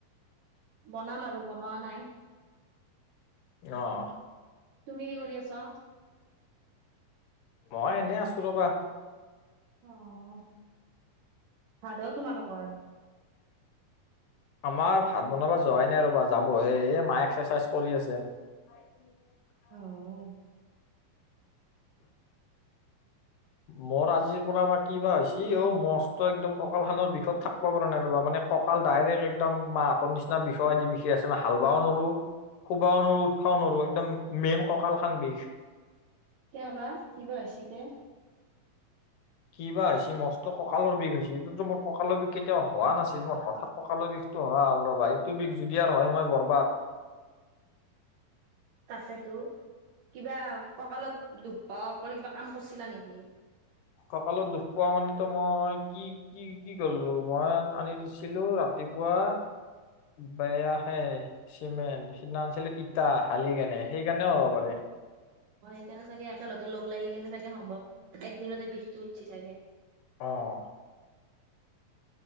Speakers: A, on the right (about 70°); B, on the left (about 70°).
A: বনাম আৰু বনোৱা নাই।
B: অ'।
A: তুমি কি কৰি আছা?
B: মই এনেই আছো ৰবা।
A: অ', ভাত হ'ল তোমাললোকৰ?
B: আমাৰ ভাত বনাব যোৱাই নাই ৰবা যাবহে, এ মায়ে এক্সাৰচাইজ কৰি আছে। <inaudible>
A: অ'।
B: মোৰ আজিৰ পৰা বা কি বা হৈছে অ', মচত' একদম কঁকাল খনৰ বিষত থাকিব পৰা নাই ৰ'বা মানে। কঁকাল ডাইৰেক্ট একদম মা আঁতৰ নিচিনা বিষায় আদি বিষায় আছে মই হাল বাও নৱাৰো। শুবাও নোৱাৰো উঠবাও নোৱাৰো একদম মেইন কঁকাল খান বিষ।
A: কিয় বা কিবা হৈছি দে
B: কিবা হৈছি মস্ত কঁকালৰ বিষ হৈছে, এইটোটো মোৰ কঁকালৰ বিষ কেতিয়াও হোৱা নাছিল মোৰ হঠাৎ কঁকালৰ বিষটো হয় ৰ'বা এইটো বিষ যদি আৰু হয় মই বৰবাত।
A: তাকেতো কিবা ককালত দুখ পোৱা কৰি কিবা কাম কৰিছিলা নেকি?
B: কঁকালত দুখ পোৱা মানেতো মই কি কি কি কৰিলো মই আনি দিছিলো ৰাতিপুৱা বেয়া হে চিমেণ্ট সিদিনা আনিছিলো ইটা হালি কেনে সেইকাৰণেও হ'ব পাৰে।
A: হয় সেইকাৰণে চাগে একেলগে লগ লাগি কেনে চাগে সম্ভৱ একদিনতে বিষটো উঠিছে চাগে।
B: অঁ।